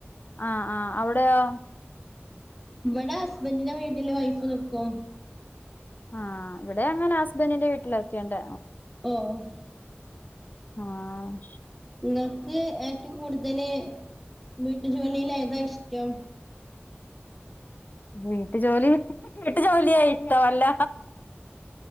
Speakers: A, on the left; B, in the centre.
A: ആഹ് ആഹ് അവിടെയോ
B: ഇവടെ ഹസ്ബന്റിന്റെ വീട്ടില് വൈഫ് നിക്കും
A: ആഹ് ഇവിടെ അങ്ങനാ ഹസ്ബന്റിന്റെ വീട്ടിലാ നിക്കേണ്ട്
B: ഓഹ്
A: ആഹ്
B: ഇങ്ങക്ക് ഏറ്റവും കൂട്തല് വീട്ടു ജോലീൽ ഏതാ ഇഷ്ടം
A: വീട്ട് ജോലി വീട്ടു ജോലിയേ ഇഷ്ടവല്ല